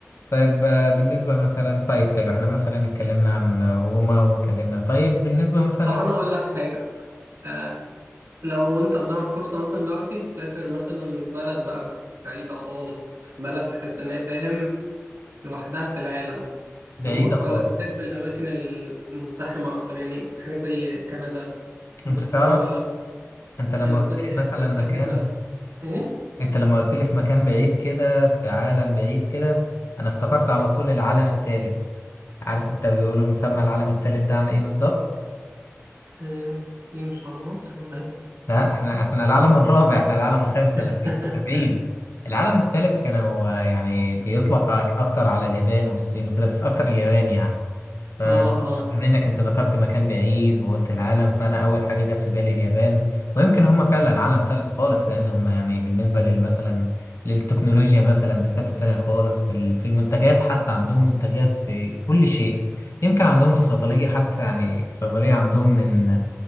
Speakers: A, on the left; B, on the right.
A: طيب آه، بالنسبه مثلا طيب حلو احنا مثلا اتكلمنا عن روما واتكلمنا طيب بالنسبه مثلا
B: طب انا اقول لك حاجه آه، لو انت قدامك فرصه مثلا دلوقتي تسافر مثلا بلد بقى بعيده خالص بلد تحس ان هي فاهم لوحدها في العالم
A: بعيده
B: تروح
A: خالص
B: ولا تحب الاماكن المزدحمه اكتر يعني حاجه زي كندا
A: انت
B: استراليا
A: تعرف انت لما
B: البلاد
A: قلت لي
B: اللي هي تحسها
A: مثلا مكان
B: كده ايه
A: انت لما قلت لي في مكان بعيد كده في عالم بعيد كده انا افتكرت على طول العالم الثالث عارف انت بيقولوا مسمى العالم الثالث ده عن ايه بالظبط
B: آه، ايه مش على مصر ولا ايه
A: لا احنا احنا العالم الرابع احنا العالم الخامس
B: <laughs>
A: ولا السادس احنا بعيد العالم الثالث كانوا آه، يعني بيطلق أك- اكتر على اليابان والصين وكده بس اكتر اليابان يعني فبما
B: اه اه
A: انك انت ذكرت مكان بعيد وقلت العالم فانا اول حاجه جت في بالي اليابان ويمكن هم فعلا عالم ثالث خالص لان هم يعني بالنسبه للمثلا للتكنولوجيا مثلا في حته تانية خالص في ال- في المنتجات حتى عندهم منتجات في كل شيء يمكن عندهم الصيدليه حتى يعني الصيدليه عندهم من